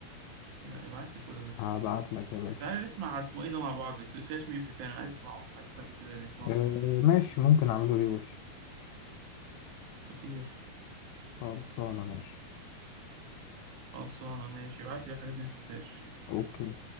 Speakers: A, on the right; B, on the left.
A: لا ابعت لي كل ده
B: هبعت لك يا باشا
A: تعالى نسمع اسمه ايه ده مع بعض كاش مي في كان انا عايز اسمعه عايز حد كده نسمعه
B: آه،
A: سوا
B: ماشي ممكن اعمله ريوش
A: خطير
B: خلصانه ماشي
A: خلصانه ماشي ابعت لي الحاجات دي ما تنساش
B: اوكي